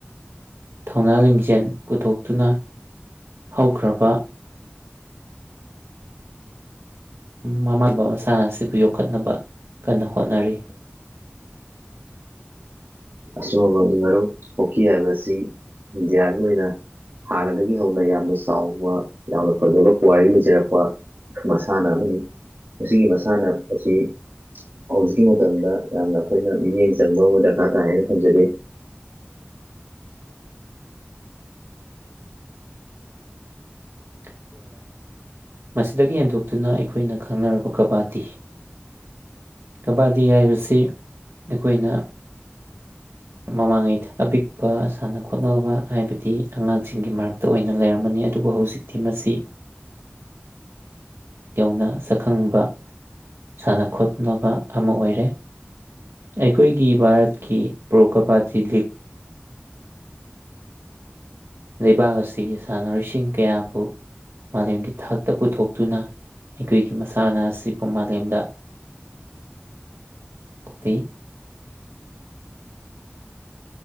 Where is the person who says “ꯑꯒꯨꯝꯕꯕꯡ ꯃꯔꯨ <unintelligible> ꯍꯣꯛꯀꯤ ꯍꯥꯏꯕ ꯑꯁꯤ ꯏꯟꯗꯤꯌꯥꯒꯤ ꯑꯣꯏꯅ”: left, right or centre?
Right